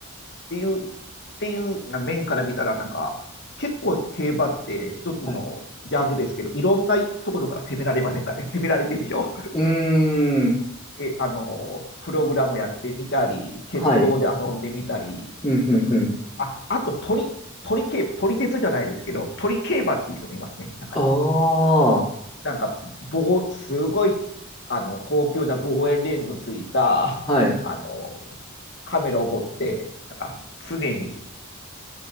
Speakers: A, on the left; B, on the left.
A: ていう、っていうな面から見たら、なんか、結構競馬って一つのジャンルですけど、
B: はい。
A: いろんなところから攻められませんかね。<laughs> 攻められてるでしょ
B: うーん、
A: <laughs> え、あの、プログラムやってみたり、決闘で遊んでみたり、
B: はい。うん、うん、
A: それとかね。
B: うん。
A: あ、あと鳥、鳥競、鳥鉄じゃないですけど、鳥競馬っていう人もいますね、中に。
B: ああ。
A: なんか、棒、すごい、あの、高級な望遠レンズのついた、
B: はい。
A: あの、カメラを持って、なんか、常に、